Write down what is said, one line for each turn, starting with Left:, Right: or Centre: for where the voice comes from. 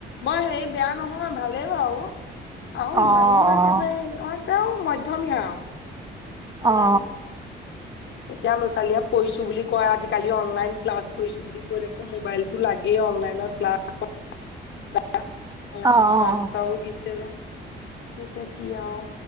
Left: মই হে বেয়া নহয় ভালেই বাৰু। আৰু ইমানো
Right: অ অ
Left: একেবাৰে হেৰি নহয় তেওঁ মধ্যয়মীয়া আৰু। ইমান
Right: অ'।
Left: এতিয়া ল' ছোৱালীয়ে পঢ়িছো বুলি কয় আজিকালি অনলাইন ক্লাছ কৰিছো বুলি কয় দেখো মোবাইলতটো লাগে অনলাইনত ক্লাছ <unintelligible>
Right: অ অ
Left: ৰাস্তাও দিছে। মতিয়া কি আহও।